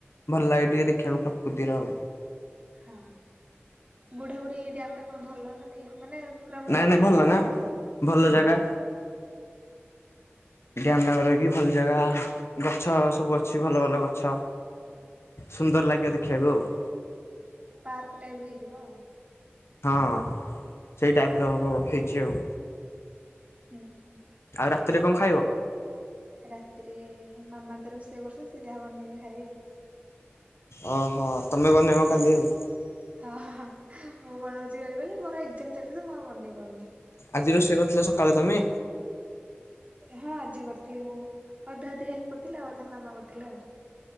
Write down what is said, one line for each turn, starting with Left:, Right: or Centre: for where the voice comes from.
Left: ଭଲ ଲାଗେ ଟିକେ ଦେଖିଆକୁ ପ୍ରକୃତିର ଆଉ।
Right: ହଁ ବୁଢାବୁଢ଼ୀ ଡ୍ୟାମଟା କଣ ଭଲ ନା ଠିକ? ମାନେ ପୁରା
Left: ନାଇଁ
Right: ଲାଗୁଛି
Left: ନାଇଁ ଭଲ
Right: କେମିତି
Left: ନା,
Right: କଣ?
Left: ଭଲ ଜାଗା। ଡ୍ୟାମ୍ <unintelligible> ର ବି ଭଲ ଜାଗା, ଗଛ ସବୁ ଅଛି ଭଲ ଭଲ ଗଛ। ସୁନ୍ଦର ଲାଗିବ ଦେଖିବାକୁ ଆଉ।
Right: ପାର୍କ ଟାଇପିର ହେଇଥିବ ଆଉ।
Left: ହଁ ସେଇ ଟାଇପର ହବ ହେଇଛି ଆଉ।
Right: ଓ ହୋ।
Left: ଆଉ ରାତିରେ କଣ ଖାଇବ?
Right: ରାତିରେ ମାମା ତ ରୋଷେଇ ବସେଇବି ସେ ଯାହା ବନେଇକି ଖାଇବି ଆଉ।
Left: ଓ ହୋ ତମେ ବନେଇବ
Right: ଆ
Left: କାଲି ଆଉ।
Right: ହଁ ହଁ ମୁଁ ବନଉଛି ବେଳେ ବେଳେ ମୋର ଏକ୍ସାମ ଚାଲିଛି ତ ମୁଁ ଆଉ ବନେଇ ପାରୁନି।
Left: ଆଜି ରୋଷେଇ କରିଥିଲ ସକାଳେ ତମେ?
Right: ହଁ ଆଜି କରିଥିଲି ମୁଁ ଅଧେ ଅଧେ ହେଲ୍ପ କରିଥିଲି ଆଉ ଅଧେ ମାମା କରିଥିଲେ ଆଉ।